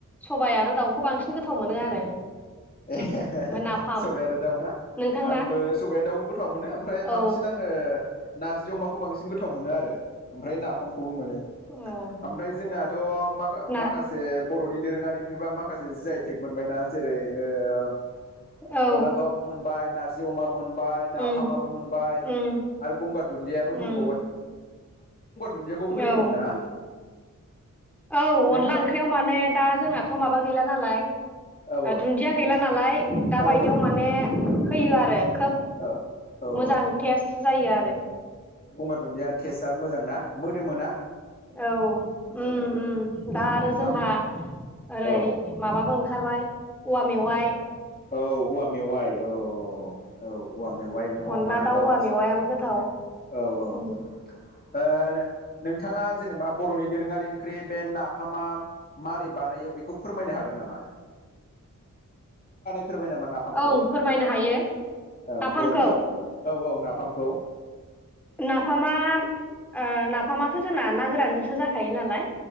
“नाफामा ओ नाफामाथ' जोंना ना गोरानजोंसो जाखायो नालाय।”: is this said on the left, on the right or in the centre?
Centre